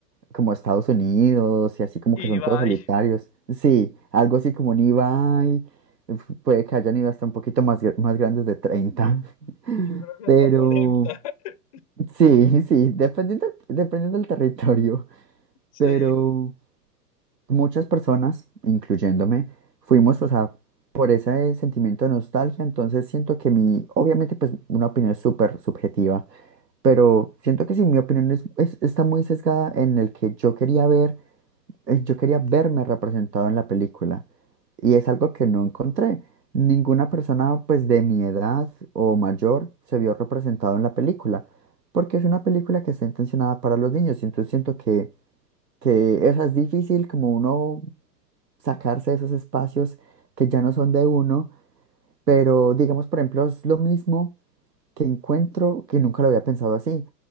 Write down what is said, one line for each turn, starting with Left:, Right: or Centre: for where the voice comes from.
Right: como Estados Unidos y así como
Left: y
Right: que son
Left: bye,
Right: todos solitarios. Sí, algo así como un Ibai. f- Puede que hayan ido hasta un poquito más, gr- más grandes de treinta. <laughs>
Left: yo creo que
Right: Pero
Left: hasta cuarenta <laughs>
Right: sí, sí, dependiendo, dependiendo del territorio.
Left: Sí,
Right: Pero muchas personas, incluyéndome, fuimos, o sea, por ese sentimiento de nostalgia. Entonces siento que mi, obviamente, pues una opinión súper subjetiva pero siento que sí, mi opinión es, es- está muy sesgada en el que yo quería ver, eh, yo quería verme representado en la película y es algo que no encontré. Ninguna persona pues de mi edad o mayor se vio representado en la película, porque es una película que está intencionada para los niños y entonces siento que, que eso es difícil como uno sacarse de esos espacios que ya no son de uno, pero digamos por ejemplo es lo mismo que encuentro que nunca lo había pensado así.